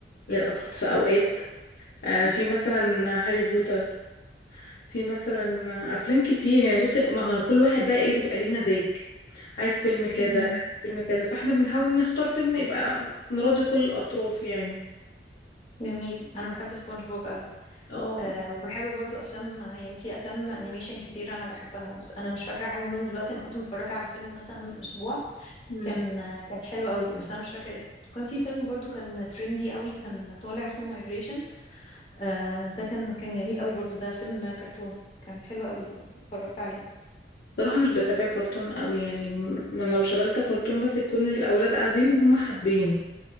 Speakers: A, on the left; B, on the left.
A: للأقصى أوقات آه، في مثلا هاري بوتر في مثلا آه، أفلام كتير يعني بصي ما هو كل واحد بقى إيه بيبقى ليه مزاج عايز فيلم كذا
B: كده
A: ده عايز فيلم كذا فاحنا بنحاول نختار فيلم يبقى نراضي كل الأطراف يعني
B: جميل انا بحب سبونج بوب قوي
A: اه
B: أه وبحب برضو افلام يعني في افلام انيميشن كتير انا بحبها بس انا مش فاكره حاجه منهم دلوقتي انا كنت متفرجه على فيلم مثلا من اسبوع
A: مم.
B: كان آه، كان حلو قوي بس انا مش فاكره اسمه كان في فيلم برضو كان ترندي قوي كان طالع اسمه مايجريشن أه ده كان كان جميل قوي برضو ده فيلم كرتون كان حلو قوي برضو اتفرجت عليه
A: صراحة مش بتابع كرتون قوي يعني م- لو شغلت كرتون بس يكون الأولاد قاعدين وهم حابين